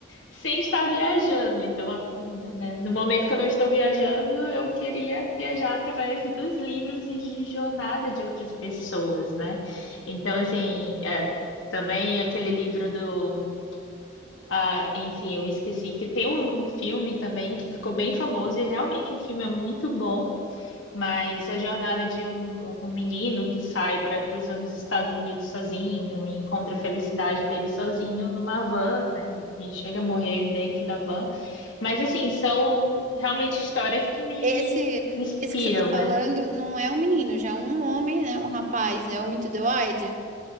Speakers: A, on the left; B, on the right.
A: Sem estar viajando. Então, a- né, né, no momento que eu não estou viajando, eu queria viajar através dos livros e de jornada de outras pessoas, né? Então, assim, é, também aquele livro do. ah, enfim, eu esqueci que tem um um filme também que ficou bem famoso e realmente o filme é muito bom. Mas a jornada de um, um menino que sai para cruzar nos Estados Unidos sozinho e encontra a felicidade dele sozinho numa van, né? E chega a morrer dentro da van. Mas, assim, são realmente histórias que me
B: Esse
A: inspiram,
B: esse que você tá falando
A: né?
B: não é um menino, já é um homem, né, um rapaz, é o Into the Wild.